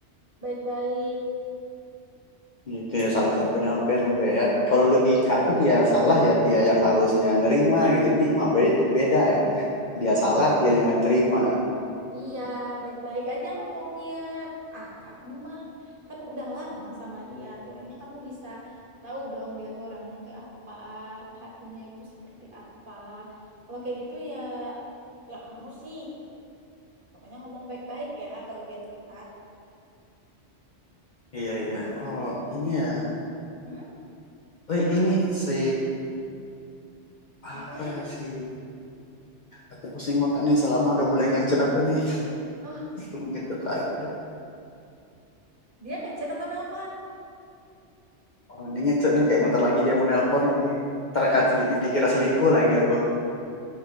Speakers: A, on the right; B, on the left.
A: baik-baik.
B: Gitu ya salah siapa penyampaian aku ya. Ya, Kalau logika aku dia yang salah ya dia yang harusnya nerima gitu. Ini mah beda, beda ya. Dia
A: Ya,
B: salah dia yang nggak terima.
A: Iya, baik-baik aja ngomongnya. Ah, kamu mah kan udah lama sama dia. Aturannya kamu bisa tahu dong dia tuh orangnya kayak apa, hatinya itu seperti apa. Kalau kayak gitu ya, ya kamu sih. Pokoknya ngomong baik-baik ya kalau dia curhat.
B: Iya iya. Oh ini ya.
A: Hmm?
B: Weh ini si
A: Ngapain?
B: apa ya si aku pusing banget nih selama udah boleh ngechat aku nih.
A: Oh,
B: Tunggu ngechat lagi deh.
A: dia ngechat atau nelpon?
B: Oh ini ngechat nih kayak bentar lagi dia mau nelpon ini. Terkat
A: Nah,
B: dikira selingkuh lagi aku.